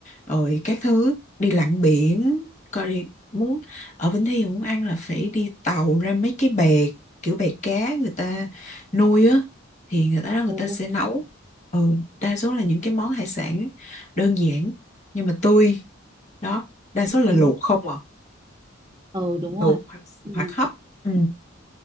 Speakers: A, on the left (about 40°); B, on the right (about 20°).
A: rồi các thứ đi lặn biển coi đi muốn ở Bình Thi mà muốn ăn là phải đi tàu ra mấy cái bè kiểu bè cá người ta nuôi á thì người ta đó người
B: ồ,
A: ta sẽ nấu ừ, đa số là những cái món hải sản đơn giản nhưng mà tươi đó đa số
B: ừ.
A: là luộc không à
B: Ừ, đúng
A: luộc
B: rồi.
A: hoặc,
B: Ừ.
A: hoặc hấp ừ,